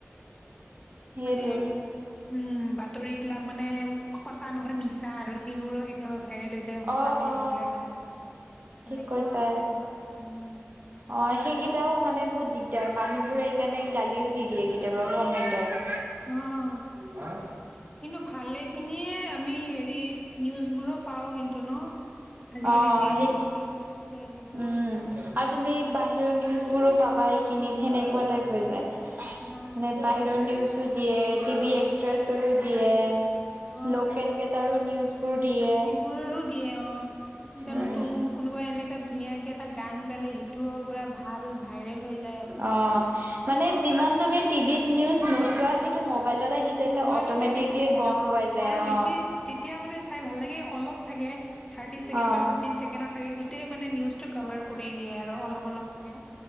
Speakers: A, on the right; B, on the left.
A: সেইটো
B: মানে উম, বাতৰি বিলাক মানে সঁচা নহয় মিছা আৰু সেইবোৰো কেতিয়াবা ভাইৰেল হৈছ ছে, সঁচা
A: অ
B: বুলি
A: অ
B: ভাবি লয় মানুহ বিলাকে সেনেকুৱাও
A: ঠিক কৈছা
B: আছে বহুত উম
A: অ' সেইকেইটাও মানে বহুত দিগদাৰ মানুহবোৰে এইকাৰণে গালিও দি দিয়ে কেতিয়াবা কমেন্টত।
B: অ'।
A: হা'।
B: কিন্তু ভালে খিনিয়ে আমি হেৰি নিউজ বোৰো পাওঁ কিন্ টো ন, আজিকালি
A: অ
B: যি
A: সেই
B: যি চলি আছে সেইবোৰ।
A: উম আৰু তুমি বাহিৰৰ নিউজবোৰো পাবা এইখিনিত সেনেকুৱা টাইপ হৈ যায়।
B: অ
A: মানে বাহিৰৰ নিউজো দিয়ে টিভি এক্ট্ৰেচৰো দিয়ে
B: অ
A: লোকেল কেইটাৰো নিউজ বোৰ দিয়ে
B: সেইবোৰৰো দিয়ে অ এতিয়া
A: উম।
B: নতুন কোনোবা এনেকা ধুনীয়াকে এটা গান গালে সিটো পুৰা ভাল ভাইৰেল হৈ যায়। আৰু
A: অ' মানে যিমান তুমি টিভিত নিউজ নোচোৱা সেইটো মোবাইলত আহি আহি যায় তেতিয়া
B: মোবাইলতে
A: অট'মেটিকলি
B: বেছি আহে
A: গ'ম
B: অ
A: পোৱা যায়
B: আৰু বেছি
A: অ'
B: চ- তেতিয়া মানে চাই ভাল লাগে, অলপ থাকে। থাৰ্টি ছেকেণ্ড
A: অ',
B: বা ফিফটিন ছেকেণ্ড থাকে, গোটেই মানে নিউজটো কাভাৰ কৰি দিয়ে আৰু অলপ অলপকে।